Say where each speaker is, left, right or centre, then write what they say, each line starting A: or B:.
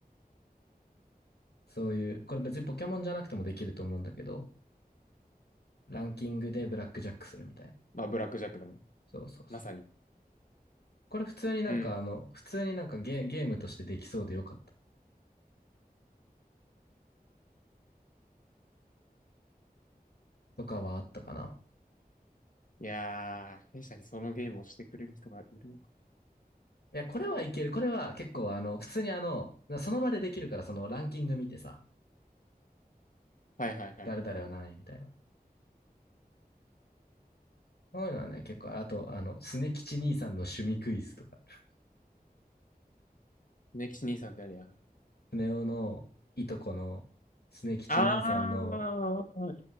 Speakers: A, on the left (about 80°); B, on the left (about 55°).
A: そういう、これ別にポケモンじゃなくてもできると思うんだけど、ランキングでブラックジャックするみたいな。
B: まあ、ブラックジャックだね。
A: そうそうそう。
B: まさに。
A: これ普通になんかあの、
B: うん。
A: 普通になんかゲ、ゲームとしてできそうでよかったとかはあったかな。
B: いやー、弊社にそのゲームをしてくれる人がいるのか。
A: いや、これはいける。これは結構あの、普通にあの、その場でできるからそのランキング見てさ、
B: はいはいはい。
A: 誰々は何位みたいな。そういうのはね、結構、あと、あの、スネ吉兄さんの趣味クイズとか、
B: ネキシ兄さんってあれや。
A: スネ夫のいとこのスネ吉兄さんの、
B: あー、は